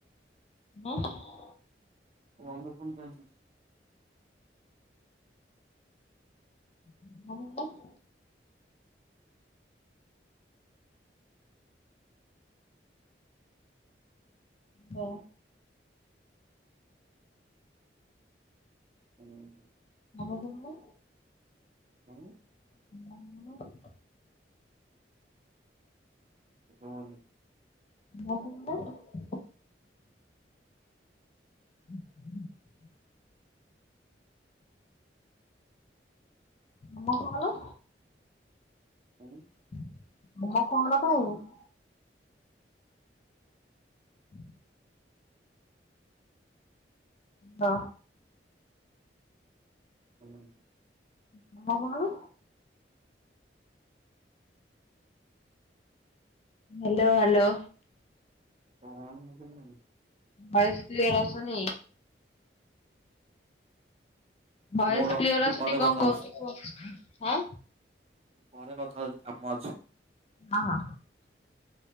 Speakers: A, on the left; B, on the right.
A: ହଁ।
B: <unintelligible>
A: <unintelligible> ହଁ।
B: ହୁଁ।
A: ଆମ <unintelligible>
B: ହଁ।
A: <unintelligible>
B: <unintelligible>
A: <unintelligible> <unintelligible> ଆମକୁ ଭଲ।
B: ହଁ।
A: <unintelligible> କାଇଁ? ହ ହଁ।
B: ହୁଁ।
A: <unintelligible> କଣ? Hello hello.
B: <unintelligible>
A: ଭଏସ କ୍ଲିୟର ଆସୁନି। ଭଏସ
B: ମୁଁ ରଖୁଛି
A: କ୍ଲିୟର ଆସୁନି
B: ପରେ
A: କଣ
B: କଥା
A: କହୁଛୁଁ
B: ହଉଛି
A: କୁହ ଆଁ
B: ପରେ କଥା ହଉଛି କାମ ଅଛି।
A: ହଁ।